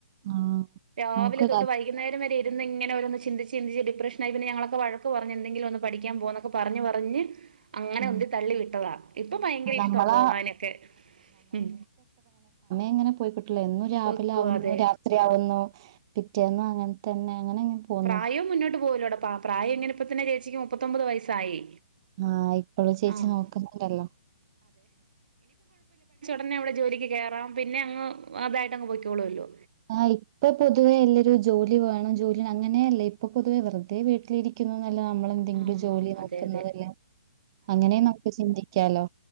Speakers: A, on the right; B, on the right.
A: ആ
B: രാവിലെ
A: നമുക്ക്
B: തൊട്ട് വൈകുന്നേരം വരെ ഇരിന്നു ഇങ്ങനെ ഓരോന്ന് ചിന്തിച്ച് ചിന്തിച്ച് ഡിപ്രെഷനായി പിന്നെ ഞങ്ങളൊക്കെ വഴക്ക് പറഞ്ഞ് എന്തെങ്കിലുമൊന്നു പഠിക്കാൻ പോ ന്ന് ഒക്കെ പറഞ്ഞ് പറഞ്ഞ് അങ്ങനെ
A: ഉം
B: ഉന്തി തള്ളി വിട്ടതാ ഇപ്പം ഭയങ്കര
A: നമ്മളാ
B: ഇഷ്ടവാ പോകാനൊക്കെ ഉം
A: ഇങ്ങനെ പോയിക് ട്ട്ലേ. എന്നും രാവിലെ
B: പൊയ്ക്കോ
A: ആവുന്നു
B: അതെ
A: രാത്രി ആവുന്നു പിറ്റേന്നു അങ്ങനെ തന്നെ അങ്ങനെ അങ്ങനെ പോന്നു
B: പ്രായോം മുന്നോട്ട് പോവലോ ന്ന പാ പ്രായെങ്ങനെപ്പത്തന്നെ ചേച്ചിക്ക് മുപ്പത്തൊമ്പത് വയസ്സായി
A: ആ ഇപ്പഴും ചേച്ചി
B: ആഹ്
A: നോക്കുന്നുണ്ടല്ലോ
B: പിന്നെ അവിടെ ജോലിക്ക് കേറാം പിന്നെ അങ്ങ് അതായിട്ടങ്ങ്പോയ്കോളു അല്ലോ
A: ആ ഇപ്പ പൊതുവെ എല്ലരുജ് - ജോലി വേണം ജോലി അങ്ങനെയല്ല ഇപ്പൊ പൊതുവെ വെറുതെ വീട്ടിലിരിക്കുന്നു ല്ല നമ്മള എന്തെങ്കിലും
B: ആഹ്
A: ജോലി നോക്കുന്നതല്ലേ
B: അതെ അതെ
A: അങ്ങനെ നമുക്ക് ചിന്തിക്കാലോ